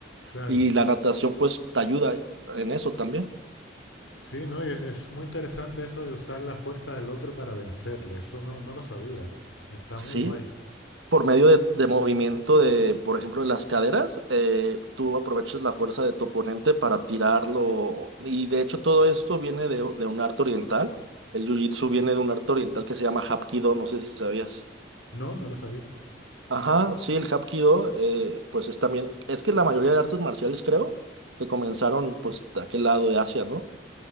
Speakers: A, on the left; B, on the right.
A: claro.
B: Y la natación pues te ayuda en eso también.
A: Sí, no, y es, es muy interesante eso de usar la fuerza del otro para vencerle. Eso no, no lo sabía. Está
B: Sí.
A: muy guay.
B: por medio de, de movimiento de, por ejemplo, de las caderas, eh, tú aprovechas la fuerza de tu oponente para tirarlo. Y de hecho todo esto viene de, de un arte oriental. El jiu-jitsu viene de un arte oriental que se llama Hapkido, no sé si sabías.
A: No, no lo sabía.
B: Ajá, sí, el Hapkido, eh, pues es también, es que la mayoría de artes marciales creo que comenzaron pues de aquel lado de Asia, ¿no?